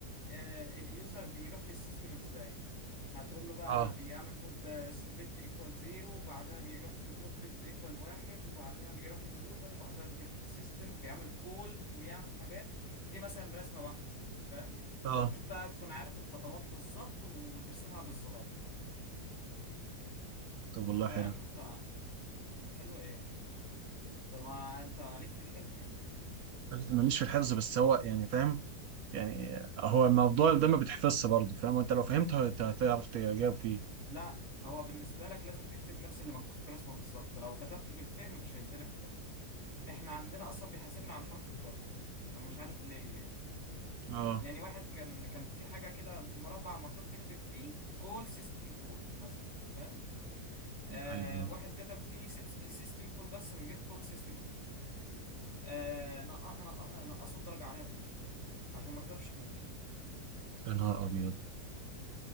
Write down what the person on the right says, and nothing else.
اه
اه
طب والله
حلو
ماليش في الحفظ بس هو يعني فاهم يعني هو الموضوع ده ما بيتحفظش برضه فاهم وانت لو فهمته هت- هتعرف تجاوب فيه
اه
ايوه
يا نهار ابيض